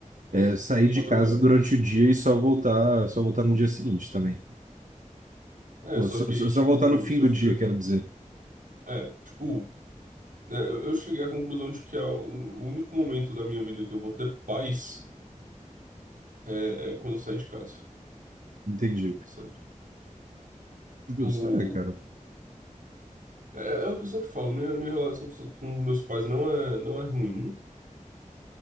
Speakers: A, on the right; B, on the right.
A: é, sair de
B: Madrugada.
A: casa durante o dia e só voltar, só voltar no dia seguinte também.
B: É,
A: Pô,
B: só
A: só,
B: que
A: só
B: aí,
A: só
B: tipo,
A: voltar no fim
B: se
A: do
B: eu fizer.
A: dia, quero dizer.
B: É, tipo, é, eu eu cheguei à conclusão de que a- o o único momento da minha vida que eu vou ter paz é, é quando eu sair de casa,
A: Entendi.
B: sabe? Tipo.
A: Justo, é, cara.
B: É, é o que eu sempre falo, minha, minha relação com com os meus pais não é, não é ruim,